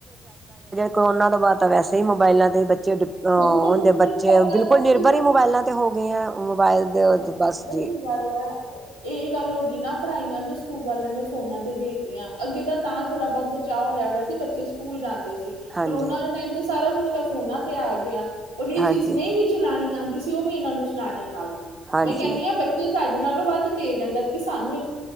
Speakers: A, on the right; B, on the right.
A: ਕੋਰੋਨਾ ਤੋਂ ਬਾਅਦ ਤਾਂ ਵੈਸੇ ਹੀ ਮੋਬਾਈਲਾ ਤੇ ਹੁੰਦੇ
B: ਬਿਲਕੁਲ ਬਿਲਕੁਲ
A: ਬੱਚੇ
B: ਪਹਿਲਾਂ
A: ਬਿਲਕੁਲ
B: ਤਾਂ
A: ਨਿਰਭਰ
B: ਫਿਰ
A: ਹੀ ਮੋਬਾਇਲਾਂ ਤੇ ਹੋ ਗਏ ਆ। ਵਾਦੇਵਤ
B: ਪਤਾ
A: ਬੱਸ ਜੀ।
B: ਕੀ ਗੱਲ ਆ ਇਹ ਗੱਲ ਹੋ ਗਈ ਨਾ ਪੜ੍ਹਾਈਆਂ ਜੋ ਸਕੂਲ ਵਾਲਿਆਂ ਨੇ ਫੋਨਾਂ ਤੇ ਦੇ ਅੱਗੇ ਤਾਂ ਥੋੜਾ ਬਹੁਤ ਬਚਾਓ ਹੋਇਆ। ਸੀ ਬੱਚੇ ਸਕੂਲ ਜਾਂਦੇ ਕਰੋਨਾ
A: ਹਾਂਜੀ
B: ਦੇ ਟਾਈਮ ਤੇ ਸਾਰਾ ਕੁਛ ਤਾਂ ਫੋਨਾ ਤੇ ਆ ਗਿਆ ਉਹ ਜਿਹੜੀ
A: ਹਾਂਜੀ
B: ਚੀਜ਼ ਨਹੀਂ ਵੀ ਚਲਾਉਣੀ ਆਦੀ ਉਹ ਵੀ ਇਹਨਾਂ ਨੂੰ ਚਲਾਉਣੀ ਆ ਗਈ।
A: ਹਾਂਜੀ
B: ਮੈਂ ਕਹਿੰਣੀ ਹਾਂ ਬੱਚੇ ਸਾਡੇ ਨਾਲੋਂ ਵੱਧ ਤੇਜ਼ ਹੈ। ਜਦਕਿ ਸਾਡੇ